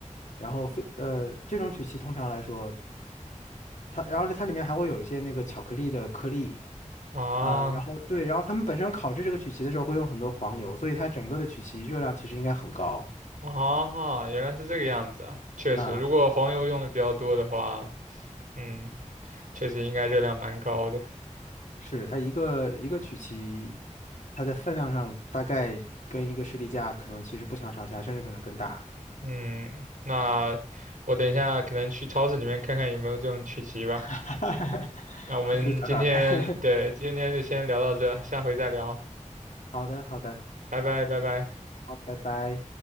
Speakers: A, on the left; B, on the right.
A: 然后非呃这种曲奇通常来说。它，然后它里面还会有一些那个巧克力的颗粒，
B: 啊
A: 啊、啊然后对，然后他们本身烤制这个曲奇的时候会用很多黄油，所以它整个的曲奇热量其实应该很高。
B: 啊，原来是这个样子啊。确实，
A: 嗯，
B: 如果黄油用的比较多的话，嗯，确实应该热量蛮高的。
A: 是它一个一个曲奇，它在分量上大概跟一个士力架可能其实不相上下，甚至可能更大。
B: 嗯，那我等一下可能去超市里面看看有没有这种曲奇吧。
A: <laughs>
B: 那我们今天，
A: 你可以找找看。
B: 对，
A: <laughs>
B: 今天就先聊到这，下回再聊，
A: 好的，好的，
B: 拜拜，拜拜。
A: 好，拜拜。